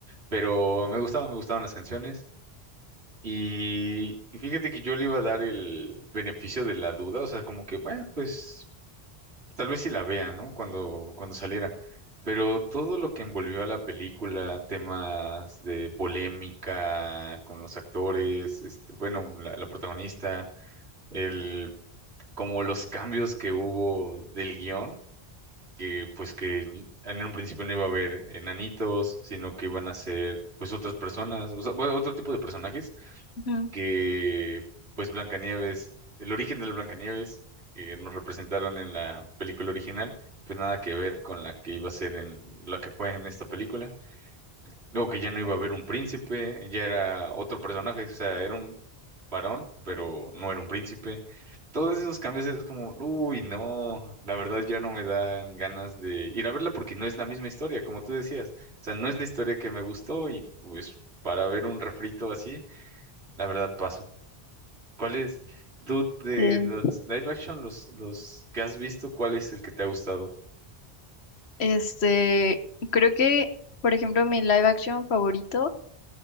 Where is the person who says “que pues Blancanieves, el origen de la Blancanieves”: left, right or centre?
Right